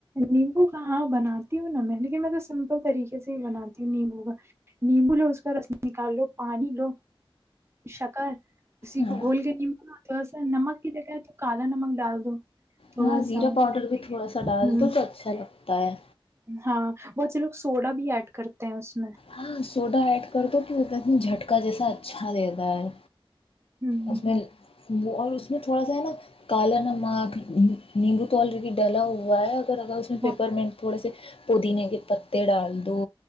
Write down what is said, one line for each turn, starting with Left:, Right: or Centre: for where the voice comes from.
Right: نیمبو کا ہاں بناتی ہوں نا میں لیکن میں تو سمپل طریقے سے ہی بناتی ہوں نیمبو کا نیمبو لو اس کا رس نکال لو پانی لو شکر اسی
Left: ہاں
Right: کو گھول کے ن تو ایسا نمک کی جگہ ہے تو کالا نمک ڈال دو تھوڑا
Left: ہاں زیرا
Right: سا
Left: پاؤڈر بھی تھوڑا سا
Right: ہوں
Left: ڈال تو تو اچھا لگتا ہے
Right: ہاں بہت سے لوگ سوڈا بھی ایڈ کرتے ہیں اس میں
Left: ہاں سوڈا ایڈ کر دو ت ا جھٹکا جیسا اچھا دیتا ہے
Right: ہوں
Left: اس میں وہ اور اس میں تھوڑا سا ہے نا کالا نمک نیمبو تو آالر کی ڈلا ہوا ہے اور اگر اس میں پیپر
Right: ہاں
Left: میںینٹ تھوڑے سے پودینے کے پتے ڈال دو